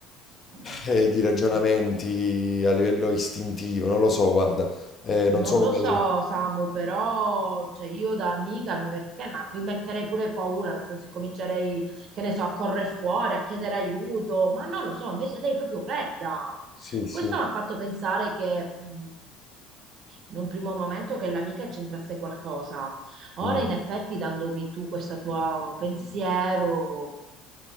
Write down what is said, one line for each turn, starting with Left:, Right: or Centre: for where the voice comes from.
Right: Mm.
Left: eh, di ragionamenti a livello istintivo, non lo so, guarda, eh, non
Right: Non
Left: so
Right: lo
Left: come...
Right: so, Samu, però cioè, io da amica mi, met- che- ma mi metterei pure paura, nel senso che comincerei, che ne so, a correre fuori, a chiedere aiuto, ma non lo so, invece lei è proprio fredda.
Left: Sì, sì.
Right: Questo mi ha fatto pensare che mh, in un primo momento che l'amica c'entrasse qualcosa. Ora,
Left: Mm.
Right: in effetti, dandomi tu questo tuo pensiero,